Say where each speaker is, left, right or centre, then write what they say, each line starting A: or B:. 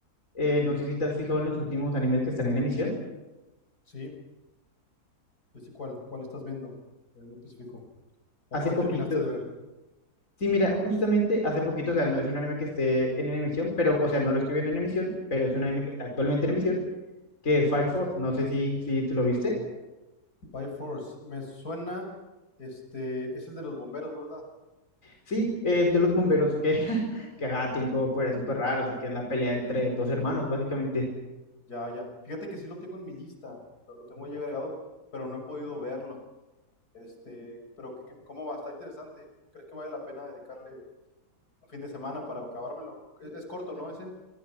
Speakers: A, on the left (about 55°); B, on the left (about 75°).
A: eh, no sé si te has fijado en los últimos animes que están en emisión.
B: Sí, sí, sí, ¿cuál? ¿Cuál estás viendo en específico? ¿O
A: Hace
B: cuál
A: poquito,
B: terminaste de ver?
A: sí, mira, justamente hace poquito, o sea, no es un anime que esté en emisión, pero, o sea, no lo estoy viendo en emisión, pero
B: Ujú.
A: es un anime que está actualmente en emisión, que es Fire Force. No sé si, si te lo viste.
B: Fire Force, me suena, este, es el de los bomberos, ¿verdad?
A: Sí, es de los bomberos que, <laughs> que ajá, tienen como poderes súper raros y que es la pelea entre dos hermanos, básicamente.
B: Ya, ya. Fíjate que sí lo tengo en mi lista, lo, lo tengo ahí agregado, pero no he podido verlo. Este, pero ¿qué- ¿cómo va? Está interesante. ¿Crees que vale la pena dedicarle un fin de semana para acabármelo? Es, es corto, ¿no? Ese.